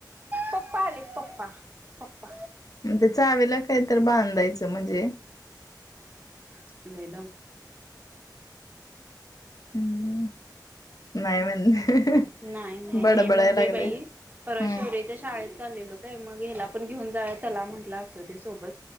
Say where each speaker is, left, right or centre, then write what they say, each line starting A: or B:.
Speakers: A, on the right; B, on the left.
A: पप्पा आलेत पप्पा. पप्पा
B: न ते चावीला काही तर बांधायचं म्हणजे
A: <unintelligible> नाही,
B: हम्म नाही म्हण
A: नाही, नही
B: बडबडाय
A: म्हणतोय
B: लागले
A: बाई.
B: हम्म
A: परवा शोर्य च्या शाळेत चाललेलो काय, मग ह्याला पण घेऊन जाय चला म्हटलं असु दे सोबत.